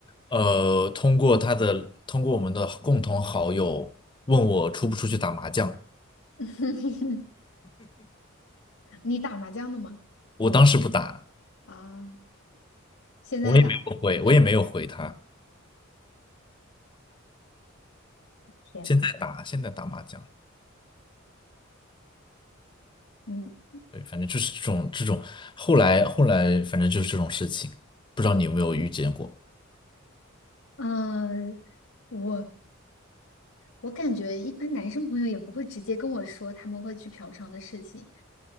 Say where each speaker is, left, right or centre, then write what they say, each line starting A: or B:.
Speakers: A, on the left; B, on the left.
A: 呃，通过他的通过我们的共同好友问我出不出去打麻将，
B: <laughs> 你打麻将的吗？
A: 我当时不打，
B: 啊，现在打
A: 我也没有回，我也没有回他，
B: 天，
A: 现在打，现在打麻将。
B: 嗯
A: 对，反正就是这种这种，后来后来反正就是这种事情，不知道你有没有遇见过？
B: 嗯，呃我我感觉一般男生朋友也不会直接跟我说他们会去嫖娼的事情，